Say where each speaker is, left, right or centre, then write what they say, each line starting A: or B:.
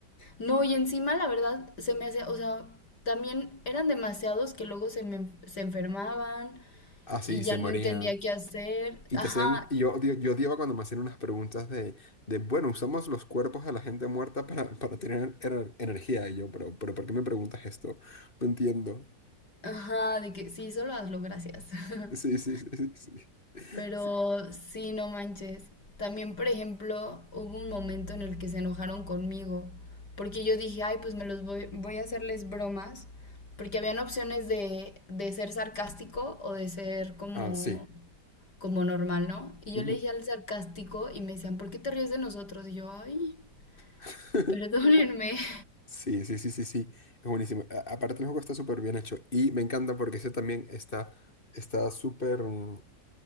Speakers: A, on the left; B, on the left.
A: No, y encima la verdad se me hacía, o sea, también eran demasiados que luego se me, se enfermaban
B: Así
A: y ya
B: se
A: no
B: morían.
A: entendía qué hacer.
B: Y
A: Ajá,
B: te hacían, y yo, odio- yo odiaba cuando me hacían unas preguntas de, de, bueno, usamos los cuerpos de la gente muerta para, para tener ener- energía. Y yo, pero, pero ¿por qué me preguntas esto? No entiendo.
A: Ajá, de que sí, solo hazlo, gracias. <laughs>
B: Sí, sí, sí, sí. sí.
A: Pero
B: Sí.
A: sí, no manches. También, por ejemplo, hubo un momento en el que se enojaron conmigo, porque yo dije, ay, pues me los voy, voy a hacerles bromas, porque habían opciones de, de ser sarcástico o de ser como,
B: Ah, sí.
A: como normal, ¿no? Y
B: Ujú.
A: yo le dije al sarcástico y me decían, ¿por qué te ríes de nosotros? Y yo, ay,
B: <laughs>
A: perdónenme. <laughs>
B: Sí, sí, sí, sí, sí. Es buenísimo. A- aparte, el juego está súper bien hecho. Y me encanta porque ese también está, está súper. mm,